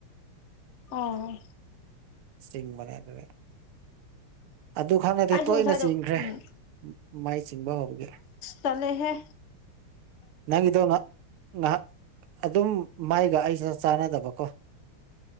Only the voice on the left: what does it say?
ꯑꯥꯎ
ꯑꯩꯁꯨ
ꯉꯁꯥꯏꯗꯣ
ꯎꯝ
ꯇꯂꯦꯍꯦ